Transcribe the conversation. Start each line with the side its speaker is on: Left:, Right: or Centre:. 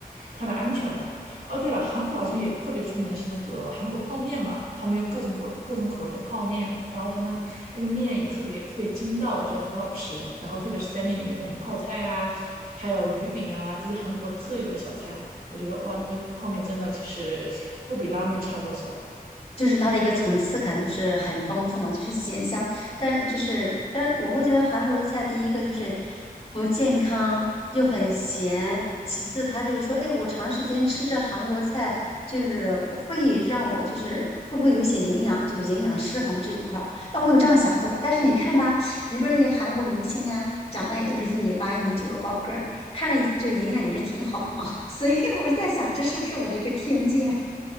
Right: 它的安全吧。哦，对了，韩国好像也特别出名的是那个韩国泡面吧，他们有各种各各种口味的泡面，然后他们那个面也特别特别筋道，我觉得很好吃。然后特别是在面里面放点泡菜啊，还有鱼饼啊，这些韩国特有的小菜啊，我觉得哇，那个泡面真的其实不比拉面差多少。
Left: 就是它的一个层次感就是很丰富嘛，就是咸香，但就是但我会觉得韩国的菜第一个就是不健康又很咸，其次它就是说，哎，我长时间吃着韩国菜，就是会让我就是会不会有一些营养，就是营养失衡这一块儿，哎，我有这样想过，但是你看吧，你说那些韩国明星啊，长得也都是一米八、一米九的高个儿，看着就营养也是挺好的嘛，<laughs> 所以我是在想，这是不是我的一个偏见？